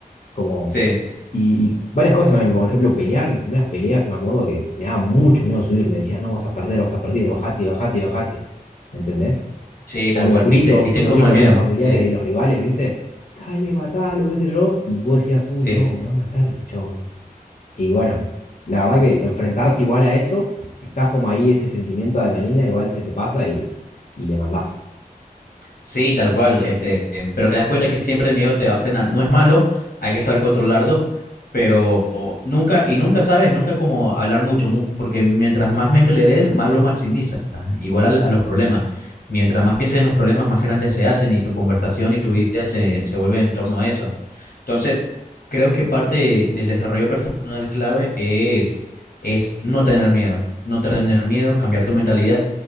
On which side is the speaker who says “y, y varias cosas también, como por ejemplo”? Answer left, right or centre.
Left